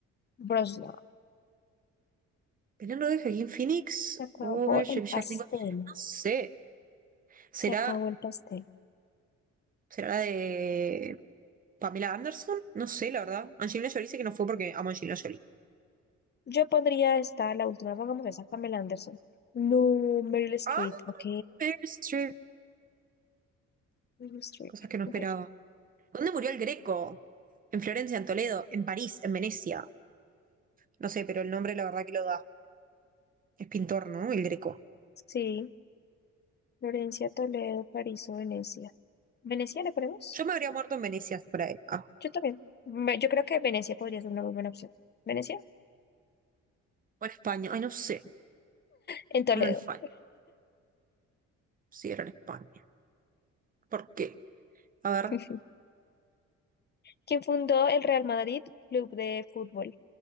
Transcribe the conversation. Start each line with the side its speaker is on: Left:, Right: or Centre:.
Left: Brosnan.
Right: ¿Penal de Joaquín Phoenix
Left: Se acabó
Right: o Mary Shelley
Left: el pastel.
Right: Jack Nicholson? No sé. ¿Será,
Left: Se acabó el pastel.
Right: será la de Pamela Anderson? No sé, la verdad. Angelina Jolie dice que no fue porque amo a Angelina Jolie.
Left: Yo pondría esta, la última, pongamos esa, Pamela Anderson. No, Meryl Streep,
Right: ¡Ah!
Left: ok.
Right: Meryl Streep.
Left: Meryl Streep,
Right: Cosas que no esperaba.
Left: ok.
Right: ¿Dónde murió el Greco? En Florencia, en Toledo, en París, en Venecia. No sé, pero el nombre la verdad que lo da. Es pintor, ¿no? El Greco.
Left: Sí, Florencia, Toledo, París o Venecia. ¿Venecia le ponemos?
Right: Yo me habría muerto en Venecia si fuera él. Ah,
Left: Yo también. Ve- Yo creo que Venecia podría ser una muy buena opción. ¿Venecia?
Right: o en España. Ay, no sé.
Left: En Toledo.
Right: O en España. Sí, era en España. ¿Por qué? A ver,
Left: <laughs> ¿Quién fundó el Real Madrid Club de Fútbol?